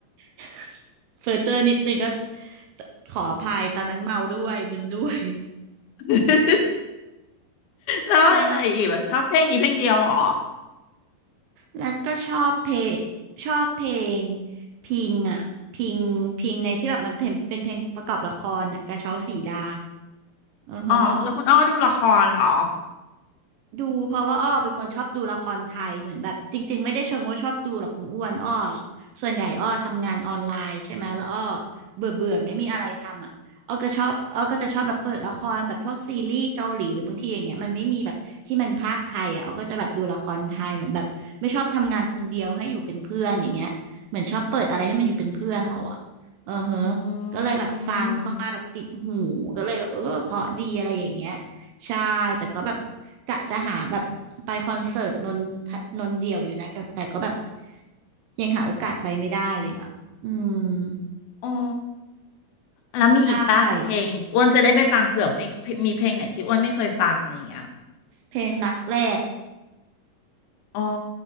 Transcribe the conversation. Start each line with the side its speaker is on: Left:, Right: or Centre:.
Right: <laughs> เฟอร์เจอร์นิดนึงก็ขออภัยตอนนั้นเมาด้วยมึนด้วย
Left: <laughs> แล้วอะไรอีกล่ะชอบเพลงนี้เพลงเดียวเหรอ
Right: ใช่แล้วก็ชอบเพลงชอบเพลงพิงอ่ะพิงพิงในที่แบบมันเป็นเป็นเพลงประกอบละครอ่ะกระเช้าสีดาอือฮะ
Left: อ๋อแล้วคุณอ้อดูละครเหรอ
Right: ดูเพราะว่าอ้อเป็นคนชอบดูละครไทยเหมือนแบบจริงๆไม่ได้เชิงว่าชอบดูหรอกคุณอ้วนอ้อส่วนใหญ่อ้อทำงานออนไลน์ใช่ไหมแล้วอ้อเบื่อเบื่อไม่มีอะไรทำอ่ะอ้อก็ชอบอ้อก็จะชอบแบบเปิดละครแบบพวกซีรีส์เกาหลีหรือบางทีอย่างเงี้ยมันไม่มีแบบที่มันพากย์ไทยอ่ะอ้อก็จะแบบดูละครไทยเหมือนแบบไม่ชอบทำงานคนเดียวให้อยู่เป็นเพื่อนอย่างเงี้ยเหมือนชอบเปิดอะไรให้มันอยู่เป็นเพื่อนเราอ่ะเออเฮะ
Left: อื
Right: ก็เลยแบบฟังเข้ามาแบบติดหูก็เลยแบบเออเพราะดีอะไรอย่างเงี้ย
Left: ม
Right: ใช่แต่ก็แบบกะจะหาแบบไปคอนเสิร์ตนนทนนเดี่ยวอยู่นะแต่แต่ก็แบบยังหาโอกาสไปไม่ได้เลยอ่ะอืม
Left: อ๋อแล้วมีอีกปะเพลงอ้วนจะได้ไปฟังเผื่อไม่มีเพลงไหนที่อ้วนไม่เคยฟังอะไรอย่างเงี้ย
Right: ใช่เพลงรักแรก
Left: อ๋อ